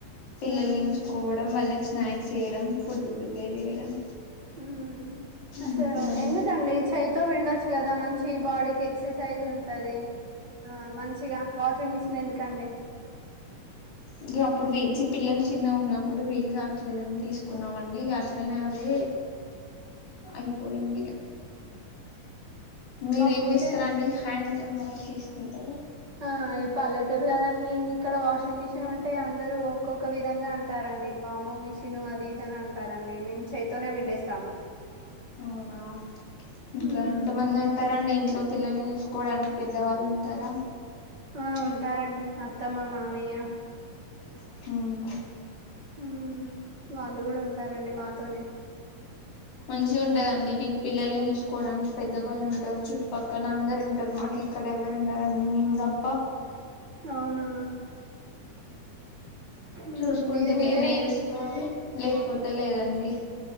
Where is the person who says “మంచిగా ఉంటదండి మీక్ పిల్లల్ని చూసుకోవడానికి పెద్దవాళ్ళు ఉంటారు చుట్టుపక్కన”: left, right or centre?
Left